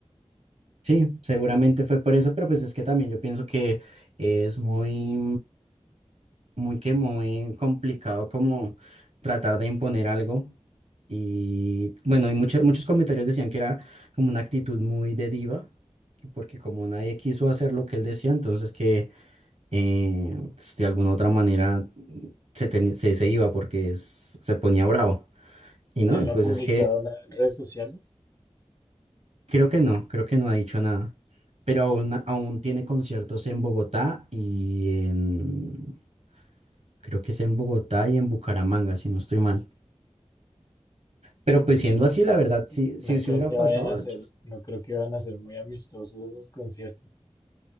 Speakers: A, on the right; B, on the left.
A: Sí, seguramente fue por eso, pero pues es que también yo pienso que es muy, muy que muy complicado como tratar de imponer algo. Y bueno, y muchos, muchos comentarios decían que era como una actitud muy de diva, que porque como nadie quiso hacer lo que él decía, entonces que eh, pues, de alguna otra manera se, teni- se, se iba porque es- se ponía bravo. Y no,
B: Y él
A: y
B: no
A: pues
B: ha publicado
A: es que
B: nada en redes sociales
A: Creo que no, creo que no ha dicho nada, pero aún, aún tiene conciertos en Bogotá y en, creo que es en Bogotá y en Bucaramanga, si no estoy mal. Pero pues
B: y
A: siendo
B: no,
A: así, la verdad, si,
B: no
A: si se
B: creo
A: hubiera
B: que vayan
A: pasado,
B: a ser,
A: yo-
B: no creo que van a ser muy amistosos esos conciertos.